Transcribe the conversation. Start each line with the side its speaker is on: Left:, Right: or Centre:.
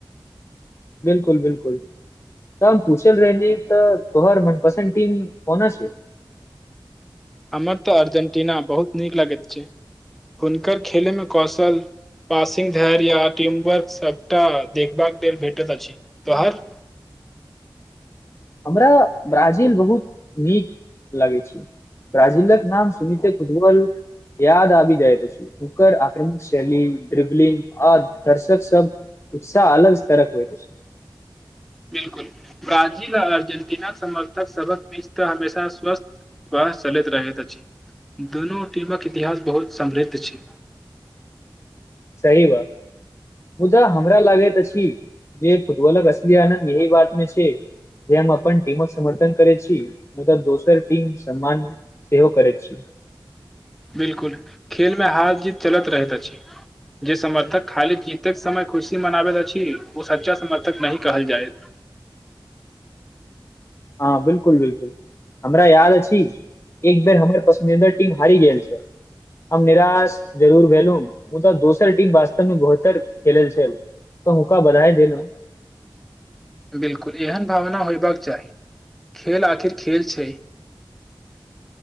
Left: बिल्कुल, बिल्कुल। त हम पूछल रहे तऽ तोहार मनपसन्द टीम कोना छै?
Centre: हमर तऽ अर्जेंटीना बहुत नीक लगैत छै हुनकर खेलेमे कौशल पासिंग धैर्य या टीम वर्क सबटा देखबाक लेल भेटैत अछि, तोहर?
Left: हमरा ब्राजील बहुत नीक लगै छै। ब्रााजीलक नाम सुनिते फुटबॉल याद आबि जाइत अछि। ओकर आक्रमक शैली, ड्रिबलिंग आ दर्शक सब उत्साह अलग तरक होइत अछि
Centre: बिल्कुल, ब्राजील आ अर्जेंटीना समर्थक सबक बीच तऽ हमेशा स्वस्थ बाह! चलैत रहैत अछि, दुनू टीमक इतिहास बहुत समृद्ध छै।
Left: सही बात। मुदा हमरा लागैत अछि जे फुटबॉलक असली आनन्द एही बातमे छै जे हम अपन टीमक समर्थन करै छी मुदा दोसर टीमक सम्मान सेहो करै छी
Centre: बिल्कुल, खेलमे हार-जीत चलत रहैत अछि। जे समर्थक खाली जीतक समय खुशी मनाबैत अछि ओ सच्चा समर्थक नहि कहल जाइत।
Left: हँ, बिल्कुल बिल्कुल। हमरा याद अछि एक बेर हमर पसन्दीदा टीम हारि गेल छै हम निराश जरूर भेलू मुदा दोसर टीम वास्तव मे ब बेहतर खेलल छल त हुनका बधाय देलो
Centre: बिलकुल एहन भावना होयबाक चाही खेल आखिर खेल छै